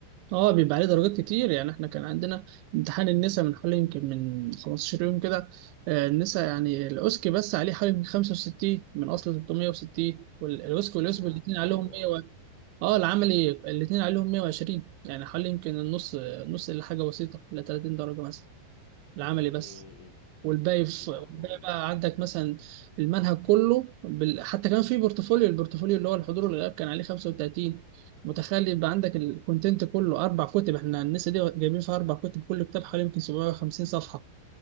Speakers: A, on the right; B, on the left.
A: اه بيبقى عليه درجات كتير يعني احنا كان عندنا امتحان النساء من حوالي يمكن من 15 يوم كده آه، النساء يعني الاوسكي بس عليه حوالي من 65 من اصل 360 والأوسكي واليوسب
B: يا
A: الاثنين عليهم
B: كتير
A: مية
B: أوي
A: اه العملي الاثنين عليهم 120 يعني حوالي يمكن النص نص الا حاجه بسيطه ل 30 درجه مثلا العملي بس
B: أمم،
A: والباقي في
B: لا
A: والباقي
B: إحنا عن-
A: بقى عندك مثلا المنهج كله بال... حتى كان في بورتفوليو البورتفوليو اللي هو الحضور والغياب كان عليه 35 متخيل يبقى عندك الكونتنت كله اربع كتب احنا الناس دي جايبين فيها اربع كتب كل كتاب حوالي يمكن 750 صفحه